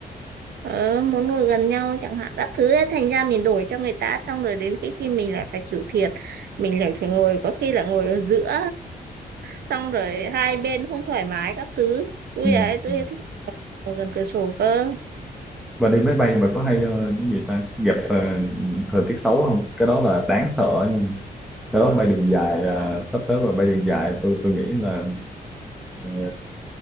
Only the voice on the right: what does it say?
ờ, muốn ngồi gần nhau chẳng hạn các thứ ấy. thành ra mình đổi cho người ta xong rồi đến khi khi mình lại phải chịu thiệt mình lại phải ngồi có khi là ngồi ở giữa xong rồi hai bên không thoải mái các thứ tôi
ấy tôi
ấy thích ngồi gần cửa sổ cơ
Ờ.